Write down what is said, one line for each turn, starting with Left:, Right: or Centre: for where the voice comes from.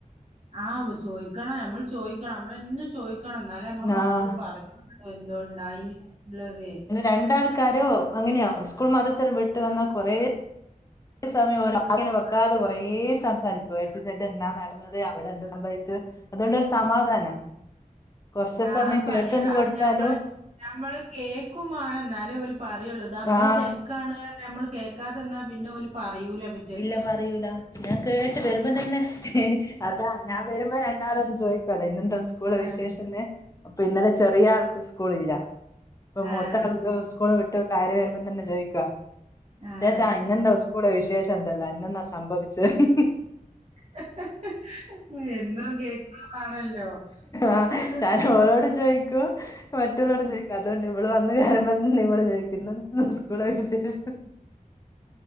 Right: ആഹ് മ് ചോയ്ക്കണം നമ്മൾ ചോയ്ക്കണം നമ്മളെന്നും ചോയ് ക്കണം ഇന്നാലേ അമ്മളെ മക്കള്
Left: ആഹ്
Right: <unintelligible> എന്തോണ്ടായിന്ന്ള്ളതെ
Left: രണ്ടാൾക്കാരു അങ്ങനെയാ സ്കൂൾ മദ്രസ്സല്ലാം വിട്ട് വന്ന കൊറെ സമയം <unintelligible> വെക്കാതെ കൊറേ സംസാരിക്കും എ ടു സെറ്റന്നാ നട് ന്നത് അവടെ എന്ത് സംഭവിച്ചു അതോണ്ടൊര് സമാധാനാ കൊറ്ച്ച്
Right: ആഹ്
Left: സമയം
Right: അത് പറയണം
Left: കേട്ട്ന്ന്
Right: അത്
Left: കൊട്ത്താലും
Right: ഞമ്മള് കേക്കും വാണം ന്നാലേ ഓല് പറയുള്ളൂ. ഇതമ്മള്
Left: ആഹ്
Right: തെര് ക്കാണ് യർഞ്ഞ നമ്മള് കേൾക്കാതെന്നാ പിന്നെ ഓല് പറയൂല പി
Left: ഇല്ല പറയൂല ഞാൻ കേട്ട് വെരുമ്പതന്നെ ഏഹ് അതാ ഞാൻ വരുമ്പോ രണ്ടാളോടും ചൊയ്കത് ഇന്നെന്താ സ്കൂള്
Right: ആഹ്
Left: വിശേഷന്ന് അപ്പൊ ഇന്ന് ചെറിയ ആൾക്ക് സ്കൂൾ ഇല്ല ഇപ്പൊ
Right: ആഹ്
Left: മൂത്താൾക്ക് സ്കൂള് വിട്ട് കയറി വരുമ്പോ തന്നെ ചോയ്ക്ക
Right: ആഹ്
Left: ചാച്ചാ ഇന്നെന്താ സ്കൂളിലെ വിശേഷം? എന്തല്ല എന്നന്നെന്നാ സംഭവിചെ <unintelligible>
Right: <unintelligible> എന്നും കേക്കണതാണല്ലോ
Left: ആഹ്
Right: <unintelligible>
Left: ഞാൻ ഓളോടും ചോയിക്കും മറ്റുള്ളോടും ചോയ്ക്കും അതുകൊണ്ട് ഇവള് വന്ന് കേറുംമ്പോം തന്നെ ഇവള് ചോയ്ക്കുന്ന്. സ്കൂളെ വിശേഷം.